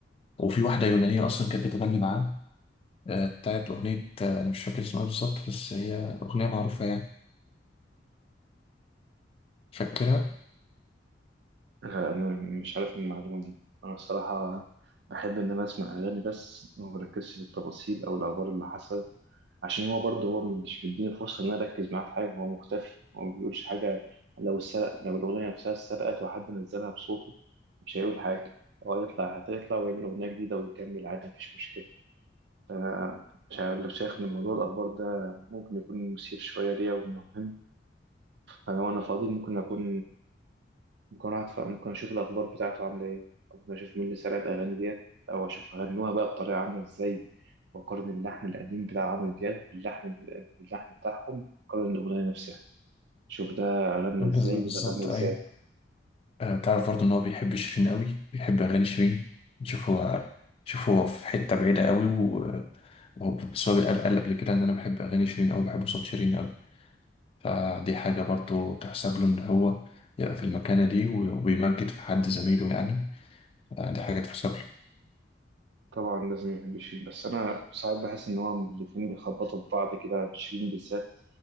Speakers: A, on the left; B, on the right.
A: وفي واحدة يونانية أصلا كانت بتغني معاه آه، بتاعت أغنية آه، أنا مش فاكر اسمها بالظبط بس هي أغنية معروفة يعني فاكرها
B: آه، أنا مش عارف إيه المعلومة دي أنا الصراحة أحب إن أنا أسمع أغاني بس وما بركزش في التفاصيل أو الأخبار اللي حصلت عشان هو برضه هو مش مديني فرصة إن أنا أركز معاه في حاجة هو مختفي هو ما بيقولش حاجة لو السرق لو الأغنية نفسها اتسرقت وحد نزلها بصوته مش هيقول حاجة هو هيطلع هتطلع ويعمل أغنية جديدة ويكمل عادي مفيش مشكلة. آه، مش عارف لو شايف إن موضوع الأخبار ده ممكن يكون مثير شوية ليا ومهم أنا وأنا فاضي ممكن أكون ممكن أقعد ممكن أشوف الأخبار بتاعته عاملة إيه أو ممكن أشوف مين اللي سرق الأغاني ديت أو أشوف غنوها بقى بطريقة عاملة إزاي وأقارن اللحن القديم بتاع عمرو دياب باللحن باللحن بتاعهم أقارن الأغنية نفسها أشوف ده غنى
A: بز-
B: إزاي
A: بالظبط
B: وده غنى إزاي
A: أيوة آه، تعرف برضه إن هو بيحب شيرين قوي بيحب أغاني شيرين شوف هو شوف هو في حتة بعيدة قوي و- وهو بس هو قال قال قبل كده إن أنا بحب أغاني شيرين أوي بحب صوت شيرين أوي فدي حاجة برضه تحسب له إن هو يبقى في المكانة دي و- وبيمجد في حد زميله يعني آه، دي حاجة تحسب له
B: طبعا لازم يحب شيرين بس انا ساعات بحس ان هو الاتنين بيخبطوا في بعض كده شيرين بالذات